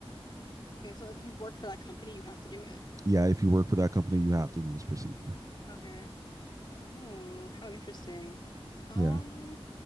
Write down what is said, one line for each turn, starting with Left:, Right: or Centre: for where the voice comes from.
Left: Okay, so if you work for that company, you have to do it.
Right: Yeah, if you work for that company, you have to do this procedure.
Left: Okay. Oh, how interesting. Um,
Right: Yeah.